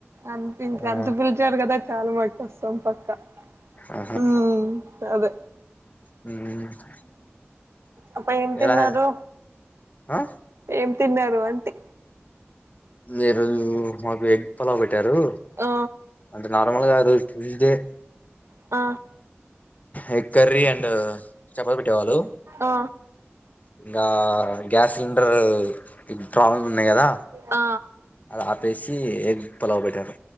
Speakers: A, on the right; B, on the left.
A: అంతించ
B: ఆ
A: అంత పిలిచారు కదా చాలా మకు వస్తాం పక్కా
B: ఆహా
A: మ్మ్ అదే
B: మ్మ్
A: అ ఏం తిన్నారు
B: ఎలా ఆ
A: ఏం తిన్నారు అంతే
B: అ రోజు మీకు మాకు ఎగ్ పలావ్ పెట్ట పెట్టారు
A: ఆ
B: అందు నర్మల్ కాదు ట్యూస్డే
A: ఆ
B: ఎగ్ కర్రీ అండ్ చెప్పబెట్టేవాళ్ళు
A: ఆ
B: ఇంకా గ్యాస్ సిలిండర్ ప్రాబ్లమ్ ఉన్నాయి కదా
A: ఆ
B: అది ఆపేసి ఎగ్ పలావ్ పెట్టారు